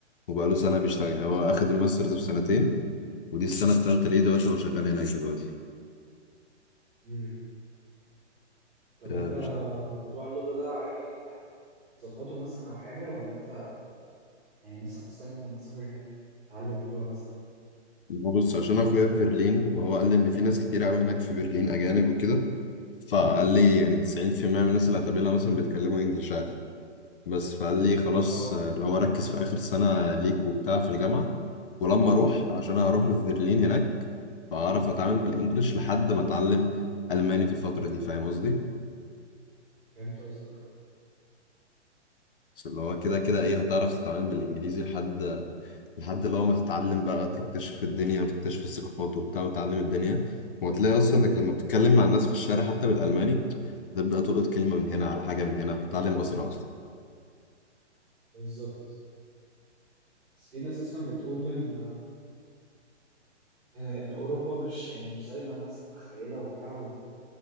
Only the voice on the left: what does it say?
وبقاله سنة بيشتغل يعني هو أخد الماسترز في سنتين ودي السنة التالتة ليه دلوقتي هو شغال هناك دلوقتي
آه،
بيشت-
بص عشان اخويا في برلين وهو قال لي ان في ناس كتير قوي هناك في برلين اجانب وكده فقال لي يعني 90% من الناس اللي هتقابلها مثلا بيتكلموا انجلش عادي بس فقال لي خلاص
آه، اللي هو ركز في اخر سنة ليك وبتاع في الجامعة ولما اروح عشان أنا هروح في برلين هناك فاعرف اتعامل بالانجلش لحد ما اتعلم الماني في الفترة دي فاهم قصدي
بس اللي هو كده كده ايه هتعرف تتعامل بالانجليزي لحد لحد اللي هو ما تتعلم بقى تكتشف الدنيا وتكتشف الثقافات وبتاع وتعلم الدنيا وهتلاقي اصلا انك لما بتتكلم مع الناس في الشارع حتى بالالماني تبدا تلقط كلمه من هنا على حاجه من هنا هتتعلم اسرع اصلا